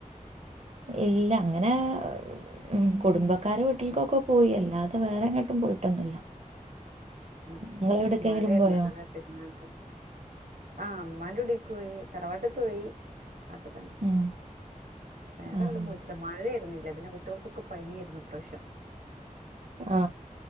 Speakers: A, on the right; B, on the right.
A: ഇല്ല അങ്ങനെ ഉം കുടുംബക്കാരെ വീട്ടിൽക്കൊക്കെ പോയി അല്ലാതെ വേറെങ്ങെട്ടും പോയിട്ടൊന്നുല്ല
B: ഉം
A: ഇങ്ങളെവിടക്കെങ്കിലും
B: മഴേയ്ര്ന്ന്ലേ
A: പോയോ
B: പെര്ന്നാക്ക് ആ ഇമ്മാന്റുടി ക്ക് പോയി തറവാട്ട്ക്കാേയി അക്കെ തന്നെ
A: ഉം
B: വേറെങ്ങെടും
A: ആഹ്
B: പോയിട്ടില്ല മഴയാര്ന്നെ പിന്നെ കുട്ട്യോൾക്കൊക്കെ പനിയായ്ര്ന്നു ഇപ്രാശ്യം
A: ആ